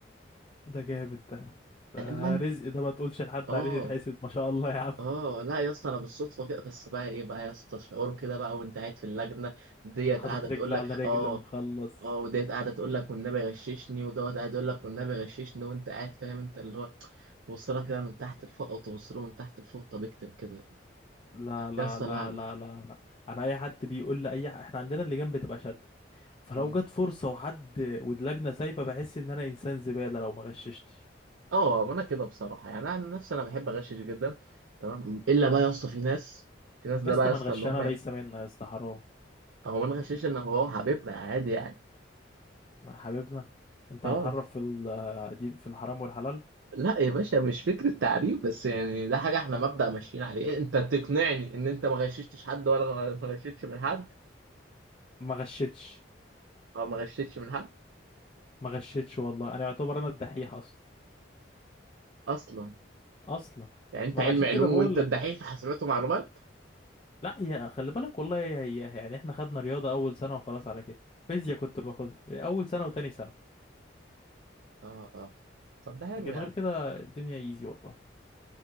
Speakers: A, on the left (about 30°); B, on the right (about 80°).
A: ده جامد ده ده
B: لا إما أنت
A: رزق ده ما تقولش لحد
B: آه
A: عليه يتحسد ما شاء الله يا عم
B: اه لا يا اسطى انا بالصدفه كده بس بقى ايه بقى يا اسطى شعور كده بقى وانت قاعد في اللجنه ديت
A: حاطط
B: قاعده
A: رجل
B: تقول لك
A: على رجل
B: اه
A: مخلص
B: اه وديت قاعده تقول لك والنبي غششني ودوت قاعد يقول لك والنبي غششني وانت قاعد فاهم انت اللي هو تبص لها كده من تحت لفوق او تبص له من تحت لفوق طب اكتب كده
A: لا لا
B: يا اسطى
A: لا
B: لا انا
A: لا لا لا انا اي حد بيقول لي اي ح- احنا عندنا اللجان بتبقى شد فلو
B: مم.
A: جت فرصة وحد واللجنة سايبة بحس ان انا انسان زبالة لو ما غششتش
B: اه ما انا كده بصراحه يعني انا عن نفسي انا بحب اغشش جدا تمام الا بقى يا اسطى في ناس في ناس ده
A: يا اسطى
B: بقى يا
A: ما
B: اسطى
A: نغش
B: اللي هم
A: انا وليس منا يا اسطى حرام
B: هو ما نغشش ان هو حبيبنا عادي يعني
A: ما حبيبنا انت
B: اه
A: هتحرف في ال- دي في الحرام والحلال
B: لا يا باشا مش فكرة تعريف بس يعني ده حاجة احنا مبدأ ماشيين عليه إيه، انت تقنعني ان انت ما غششتش حد ولا غ- ما غششتش من حد
A: ما غشتش
B: او ما غششتش من حد
A: ما غشتش والله انا يعتبر انا الدحيح اصلا
B: اصلا
A: اصلا
B: يعني انت
A: ما
B: علم
A: انا عشان
B: علوم
A: كده بقول
B: وانت الدحيح
A: لك
B: في حسابات ومعلومات
A: لا هي خلي بالك والله هي هي يعني احنا خدنا رياضه اول سنه وخلاص على كده فيزياء كنت باخدها اول سنه وتاني سنه
B: اه اه طب ده حلو
A: لكن غير
B: يعني
A: كده الدنيا ايزي والله